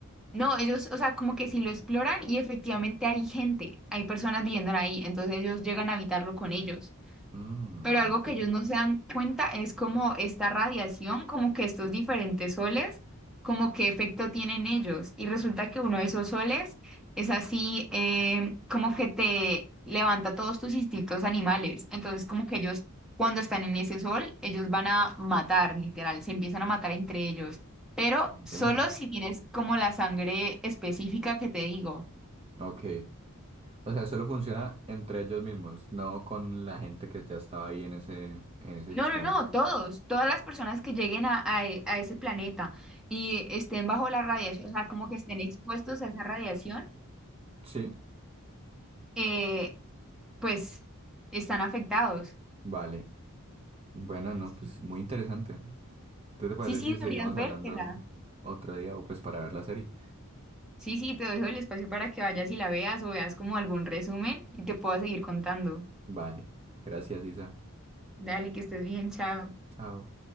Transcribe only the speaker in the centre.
No, ellos, o sea, como que si lo exploran y efectivamente hay gente, hay personas viviendo ahí, entonces ellos llegan a habitarlo con ellos.
Pero algo
que ellos no se dan cuenta es como esta radiación, como que estos diferentes soles, como qué efecto tienen ellos. Y resulta que uno de esos soles es así, eh, como que te levanta todos tus instintos animales. Entonces, como que ellos, cuando están en ese sol, ellos van a matar, literal, se empiezan a matar entre ellos. Pero solo
si tienes como la sangre específica que te digo.
No,
no, no, todos, todas las personas que lleguen a, a e- a ese planeta y estén bajo la radiación, o sea, como que estén expuestos a esa radiación,
eh, pues están afectados.
Sí,
sí, sí, deberías
vértela.
Sí, sí, te dejo el espacio para que vayas y la veas o veas como algún resumen y te puedo seguir contando.
Dale, que estés bien, chao.